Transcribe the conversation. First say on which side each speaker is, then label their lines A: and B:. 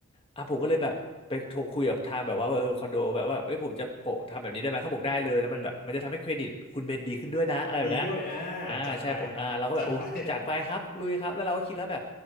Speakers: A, on the left; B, on the left.
A: อ่ะผมก็เลยแบบไปโทรคุยกับทางแบบว่าเออคอนโดแบบว่าเอ้ยผมจะโปะทำแบบนี้ได้ไหมเขาบอกได้เลยแล้วมันแบบมันจะทำให้เครดิตคุณเบนดีขึ้นด้วยนะอะไรแบบเนี้ย
B: นะดีด้วยอ่า
A: อ่าใช่ผมอ่าเราก็แบบโอ้จัดไปครับลุยครับแล้วเราก็คิดแล้วแบบ
B: จัดไปจัดไป